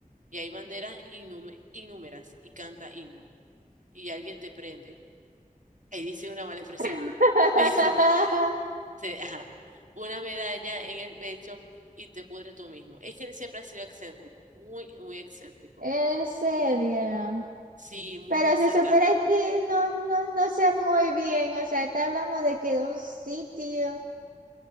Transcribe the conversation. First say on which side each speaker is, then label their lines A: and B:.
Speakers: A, on the right; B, on the right.
A: y hay banderas innume- innúmeras y canta himno y alguien te prende. Ahí dice una mala expresión.
B: <laughs>
A: <laughs> Dice, se- ajá, una medalla en el pecho y te pudres tú mismo. Es que él siempre ha sido excéntrico, muy, muy excéntrico.
B: En serio.
A: Sí, muy
B: Pero
A: sarcástico.
B: si supera que no, no, no sé muy bien. O sea, está hablando de que de un sitio.